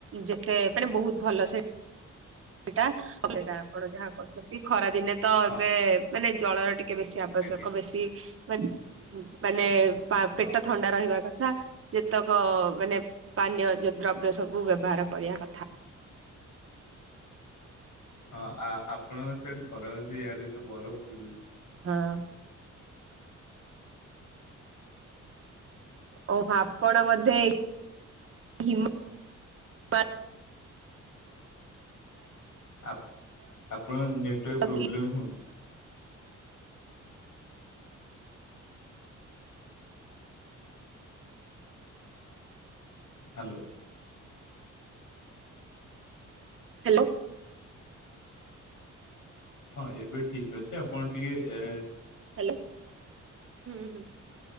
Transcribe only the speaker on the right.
ଯେତେ ମାନେ ବହୁତ୍ ଭଲ ସେ ଏଟା <unintelligible> ଆପଣ ଯାହା କରୁଛନ୍ତି ଖରା ଦିନେ ତ
ଏବେ ମାନେ ଜଳର ଟିକ୍ କେ ବେଶୀ ଆବଶ୍ୟକ
ବେଶୀ ମାନ୍ ମାନେ ପା
ପେଟ ଥଣ୍ଡା ରହିବା କ ଥା ଯେତକ ମାନେ ପାନୀୟ ଯ ଦ୍ରବ୍ୟ ସବୁ ବ୍ୟବହାର କରିବା କଥା।
ହଁ। ଓ ଆପଣ ବଧେ ହିମ ମା
କି
ହେଲୋ।
ହେଲୋ ହୁଁ ହୁଁ।